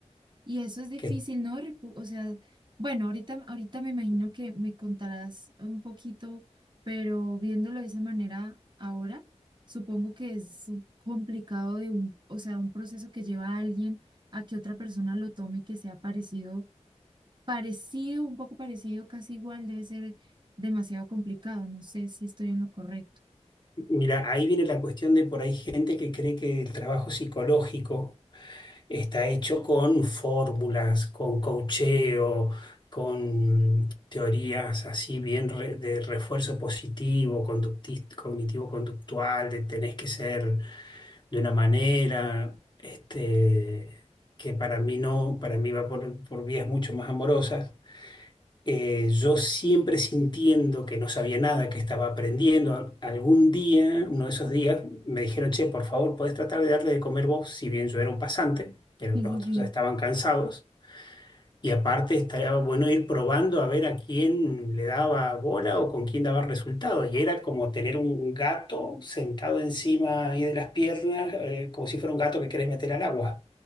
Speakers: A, on the right (about 40°); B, on the left (about 40°).
A: Y eso es difícil,
B: Que,
A: ¿no? Recu- O sea, bueno, ahorita, ahorita me imagino que me contarás un poquito, pero viéndolo de esa manera ahora, supongo que es un- complicado de un, o sea, un proceso que lleva a alguien a que otra persona lo tome y que sea parecido, parecido, un poco parecido, casi igual, debe ser demasiado complicado. No sé si estoy en lo correcto.
B: mira, ahí viene la cuestión de por ahí gente que cree que el trabajo psicológico está hecho con fórmulas, con coacheo, con teorías así bien re- de refuerzo positivo, conductis- cognitivo-conductual, de tenés que ser de una manera este, que para mí no, para mí va por, por vías mucho más amorosas. Eh, yo siempre sintiendo que no sabía nada, que estaba aprendiendo, al- algún día, uno de esos días, me dijeron, che, por favor, podés tratar de darle de comer vos, si bien yo era un pasante, pero
A: Sí,
B: los
A: sí,
B: otros
A: sí.
B: ya estaban cansados. Y aparte estaría bueno ir probando a ver a quién le daba bola o con quién daba resultado. Y era como tener un gato sentado encima ahí de las piernas, eh, como si fuera un gato que querés meter al agua.